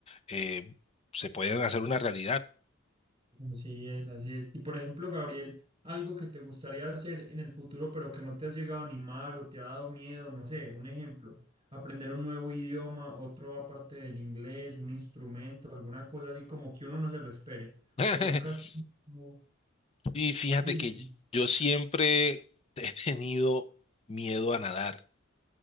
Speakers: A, on the left; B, on the right.
A: eh, se pueden hacer una realidad.
B: Así es, así es. Y por ejemplo, Gabriel, algo que te gustaría hacer en el futuro, pero que no te has llegado a animar o te ha dado miedo, no sé, un ejemplo, aprender un nuevo idioma, otro aparte del inglés, un instrumento, alguna cosa así como que uno no se lo espere.
A: <laughs>
B: O nunca has tenido-
A: Y fíjate
B: Dime.
A: que yo siempre <laughs> he tenido miedo a nadar.